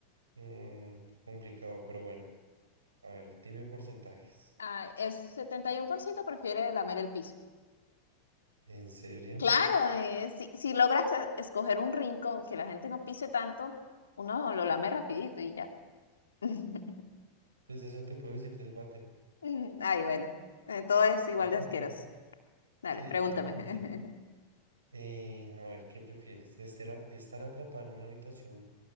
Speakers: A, on the right (about 75°); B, on the left (about 70°).
A: Mm, complicado, pero bueno. A ver, dime porcentajes.
B: Ah, el 71% prefiere lamer el piso.
A: ¿En serio?
B: Claro, eh, si, si logras e- escoger un rincón que la gente no pise tanto, uno lo lame rapidito y ya. <laughs>
A: Pues eso te puedo decir del váter.
B: Mm, Ay, bueno, eh, todo es igual
A: <laughs>
B: de asqueroso. Dale,
A: Sí,
B: pregúntame.
A: la- en fin. Eh, a ver, ¿qué prefieres? ¿Estar, estar atrapado en una habitación